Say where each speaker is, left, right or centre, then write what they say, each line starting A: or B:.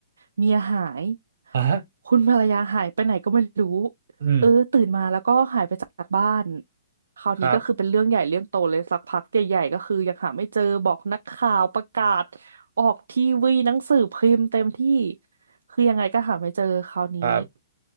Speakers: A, on the right; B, on the right.
A: เมียหาย
B: อ่ะ
A: คุณภรรยาหายไปไหนก็ไม่รู้
B: อืม
A: เออตื่นมาแล้วก็หายไปจากบ้านคราวนี้ก็คือเป็นเรื่องใหญ่เรื่องโตเลยสักพักใหญ่ๆก็คือยังหาไม่เจอบอกนักข่าวประกาศ
B: ครับ
A: ออกทีวีหนังสือพิมพ์เต็มที่ คือยังไงก็หาไม่เจอคราวนี้
B: ครับ